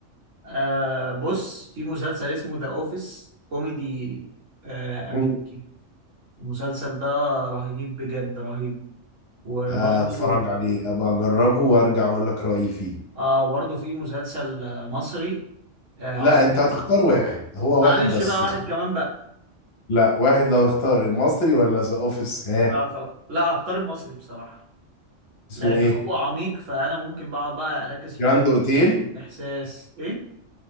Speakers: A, on the right; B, on the left.
A: آه بص في مسلسل اسمه ذا اوفيس كوميدي آه امريكي
B: مم.
A: المسلسل ده رهيب بجد رهيب وبرضه
B: اتفرج عليه ابقى اجربه وارجع اقول لك رأيي فيه
A: اه وبرضه في مسلسل آه، مصري آه
B: لا
A: عميق
B: انت هتختار واحد هو
A: معلش
B: واحد بس
A: بقى واحد
B: اخت-
A: كمان بقى
B: لا واحد لو اختار المصري ولا ذا اوفيس ها
A: لا خلاص لا هختار المصري بصراحة
B: اسمه
A: لأن
B: ايه
A: هو عميق فأنا ممكن بقعد بقى أركز في
B: جراند
A: التفاصيل
B: اوتيل
A: والإحساس إيه؟